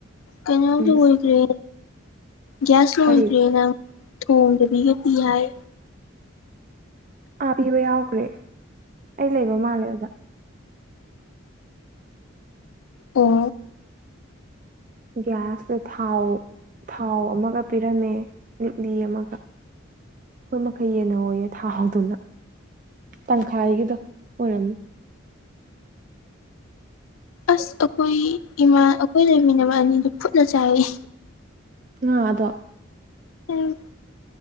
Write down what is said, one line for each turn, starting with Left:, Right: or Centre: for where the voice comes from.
Left: ꯀꯩꯅꯣꯝꯗꯤ
Right: ꯎꯝ
Left: ꯑꯣꯏꯈ꯭ꯔꯦ ꯒ꯭ꯌꯥꯁ
Right: ꯀꯔꯤ
Left: ꯂꯗ꯭ꯔꯦꯅ ꯊꯣꯡꯗꯕꯤꯒꯗꯤ ꯍꯥꯏ
Right: ꯑꯥ ꯄꯤꯕ ꯌꯥꯎꯈ꯭ꯔꯦ ꯑꯩ ꯂꯩꯕ ꯃꯥꯜꯂꯦ ꯑꯗꯨꯗ
Left: ꯑꯣ
Right: ꯒꯦ ꯏꯌꯨ ꯑ ꯊꯥꯎ ꯊꯥꯎ ꯑꯃꯒ ꯄꯤꯔꯝꯃꯦ ꯂꯤꯛꯂꯤ ꯑꯃꯒ ꯑꯩꯈꯣꯏ ꯃꯈꯩ ꯌꯦꯟꯟꯅꯍꯌꯦ ꯊꯥꯍꯧꯗꯨꯅ ꯇꯪꯈꯥꯏꯒꯤꯗꯣ ꯑꯣꯏꯔꯝꯅꯦꯕꯣ
Left: ꯑꯁ ꯑꯩꯈꯣꯏ ꯏꯃꯥ ꯑꯩꯈꯣꯏ ꯂꯩꯃꯤꯟꯅꯕ ꯑꯅꯤꯗꯨ ꯐꯨꯠꯂ ꯆꯥꯏꯏ
Right: ꯉꯑꯗꯣ
Left: ꯎꯝ